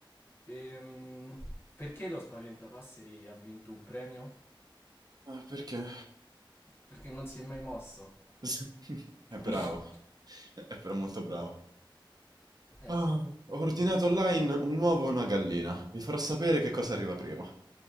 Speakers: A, on the left; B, on the right.
A: ehm, perché lo Spaventapasseri ha vinto un premio?
B: Ah, perché?
A: Perché non si è mai mosso.
B: <laughs> È
A: <laughs>
B: bravo, è però molto bravo.
A: eh sì.
B: Ah, ho ordinato online un uovo e una gallina. Vi farò sapere che cosa arriva prima.